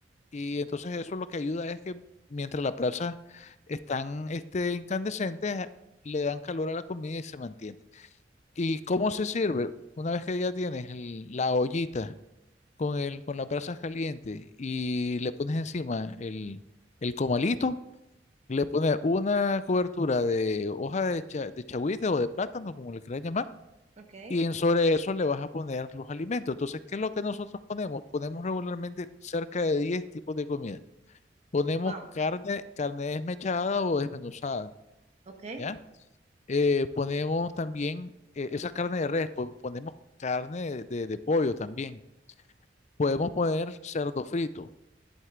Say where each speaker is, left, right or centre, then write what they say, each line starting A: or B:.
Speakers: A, on the left; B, on the right.
A: y entonces eso lo que ayuda es que mientras las brasas están este, incandescentes, le dan calor a la comida y se mantiene. ¿Y cómo se sirve? Una vez que ya tienes el- la ollita con el, con las brasas calientes y le pones encima el, el comalito, le pones una cobertura de hoja de, cha- de chagüite o de plátano, como le quieras llamar,
B: Ok,
A: y en sobre eso le vas a poner los alimentos. Entonces, ¿qué es lo que nosotros ponemos? Ponemos regularmente cerca de 10 tipos de comida. Ponemos
B: wow,
A: carne, carne desmechada o desmenuzada,
B: ok.
A: ¿ya? Eh, ponemos también eh, esa carne de res, pon- ponemos carne de de- de pollo también. Podemos poner cerdo frito